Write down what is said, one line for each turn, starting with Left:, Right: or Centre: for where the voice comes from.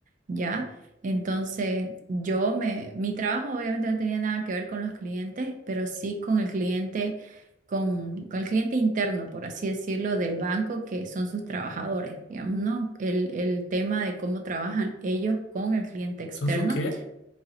Right: ¿ya? Entonces, yo me, mi trabajo obviamente no tenía nada que ver con los clientes, pero sí con el cliente con, con el cliente interno, por así decirlo, del banco, que son sus trabajadores, digamos, ¿no? El, el tema de cómo trabajan ellos con el cliente externo.
Left: ¿Son sus qué?